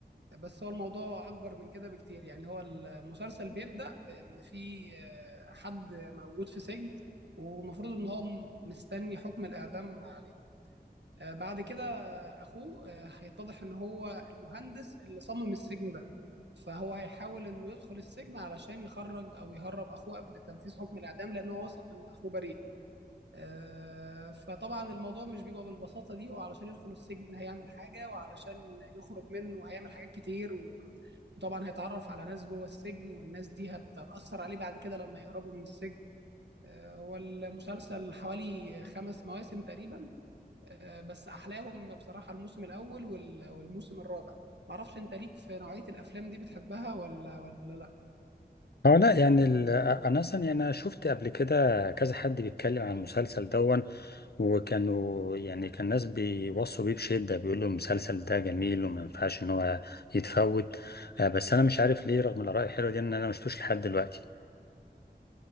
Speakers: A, on the right; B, on the left.
A: بس هو الموضوع اكبر من كده بكتير يعني هو المسلسل بيبدأ بان في آه، حد موجود في سجن ومفروض ان هو مستني حكم الاعدام عليه آه، بعد كده اخوه آه، هيتضح ان هو المهندس اللي صمم السجن ده فهو هيحاول انه يدخل السجن علشان يخرج او يهرب اخوه قبل تنفيذ حكم الاعدام لان هو واثق ان اخوه بريء آه، فطبعا الموضوع مش بيبقى بالبساطه دي هو علشان يدخل السجن هيعمل حاجه وعلشان يخرج منه هيعمل حاجات كتير و- وطبعا هيتعرف على ناس جوه السجن والناس دي هت- هتاثر عليه بعد كده لما يهربوا من السجن آه، هو المسلسل حوالي خمس مواسم تقريبا آه، بس احلاهم بصراحه الموسم الاول وال- والموسم الرابع ما اعرفش انت ليك في نوعيه الافلام دي بتحبها ولا ولا لا
B: اه لا يعني ال- انا اصلا يعني انا شفت قبل كده كذا حد بيتكلم عن المسلسل دون وكانوا يعني كان ناس بيوصوا بيه بشده بيقولوا المسلسل ده جميل وما ينفعش ان هو يتفوت آه، بس انا مش عارف ليه رغم الاراء الحلوه دي ان انا ما شفتوش لحد دلوقتي